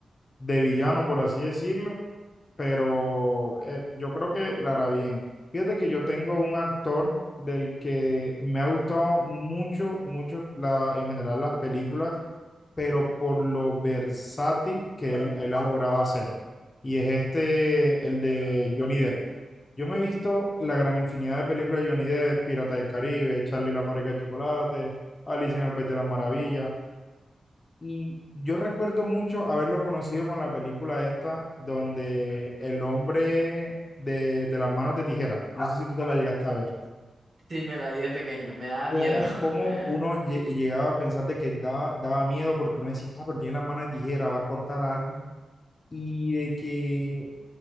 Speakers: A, on the left (about 25°); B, on the right (about 35°).
A: de villano, por así decirlo. pero eh, yo creo que la hará bien. Fíjate que yo tengo un actor del que me ha gustado mucho, mucho la, en general las películas, pero por lo versátil que él, él ha logrado hacer. Y es este, el de Johnny Depp. Yo me he visto la gran infinidad de películas de Johnny Depp, Pirata del Caribe, Charlie y la fábrica de chocolate, Alicia en el País de las Maravillas. Y yo recuerdo mucho haberlo conocido con la película esta, donde el hombre de, de las manos de tijera, no sé si tú te la llegaste a ver,
B: Sí, me la vi de pequeño, me daba
A: cómo,
B: miedo.
A: cómo
B: <laughs>
A: uno lle- llegaba a pensar de que daba, daba miedo porque uno decía, ah, pero tiene las manos de tijera, va a cortar a alguien, y de que,